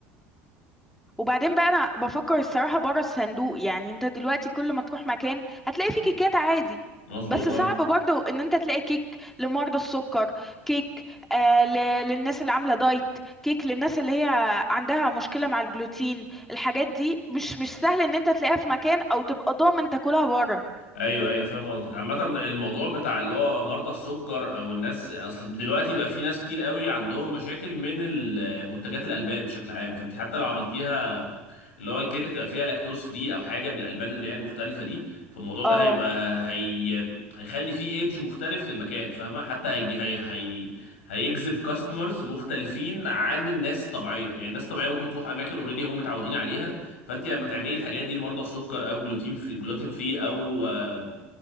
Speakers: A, in the centre; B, on the left (about 85°).
A: وبعدين بقى انا بفكر الصراحه بره الصندوق يعني انت دلوقتي كل ما تروح مكان هتلاقي فيه كيكات عادي
B: مظبوط
A: بس
B: اه
A: صعب برضه ان انت تلاقي كيك لمرضى السكر كيك آه ل- للناس اللي عامله دايت كيك للناس اللي هي عندها مشكله مع الجلوتين الحاجات دي مش مش سهل ان انت تلاقيها في مكان او تبقى ضامن تاكلها بره
B: ايوه ايوه فاهم قصدك عامة الموضوع بتاع اللي هو مرضى السكر او الناس اصل دلوقتي بقى في ناس كتير قوي عندهم مشاكل من ال- منتجات الالبان بشكل عام فانت حتى لو عملتيها اللي هو الكيكه تبقى فيها لاكتوز فري او حاجه بالالبان اللي هي المختلفه دي فالموضوع
A: اه
B: ده هيبقى هي هيخلي فيه ايدج مختلف للمكان فاهمه حتى هي... هي... هي... هيجذب كاستمرز مختلفين عن الناس الطبيعيه يعني الناس الطبيعيه ممكن تروح اماكن اوريدي هم متعودين عليها فانت لما تعملي الحاجات دي لمرضى السكر او جلوتين فري جلوتين فري او آه...